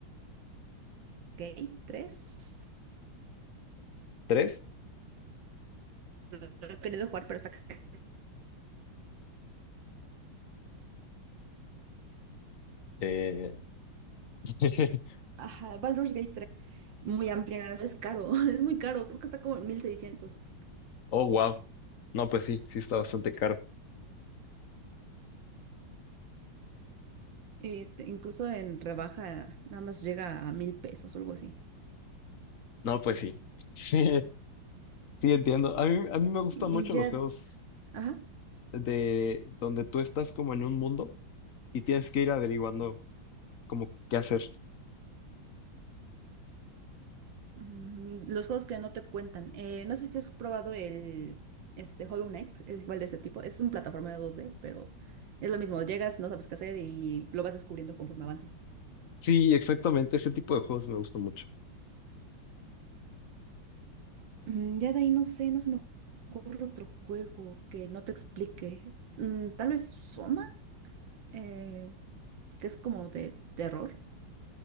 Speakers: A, on the right (about 70°); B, on the left (about 45°).
A: Gate 3,
B: ¿Tres?
A: lo he querido jugar, pero está caro.
B: Eh, <laughs>
A: Ajá, Baldur's Gate tres muy amplia, es caro, <laughs> es muy caro, creo que está como en mil seiscientos
B: Oh, wow. No, pues sí, sí está bastante caro.
A: Este, incluso en rebaja, nada más llega a mil pesos o algo así.
B: No, pues sí. <laughs> Sí, sí entiendo. A mí, a mí me gustan
A: Y,
B: mucho
A: y ya,
B: los juegos
A: ajá.
B: de donde tú estás como en un mundo y tienes que ir averiguando como qué hacer.
A: Mm, Los juegos que no te cuentan. Eh, no sé si has probado el este Hollow Knight, es igual de ese tipo. Es un plataformero dos d pero es lo mismo. Llegas, no sabes qué hacer y lo vas descubriendo conforme avanzas.
B: Sí, exactamente, ese tipo de juegos me gustó mucho.
A: Mm, ya de ahí no sé, no se me ocurre otro juego que no te explique. Mm, tal vez Soma, eh, que es como de terror.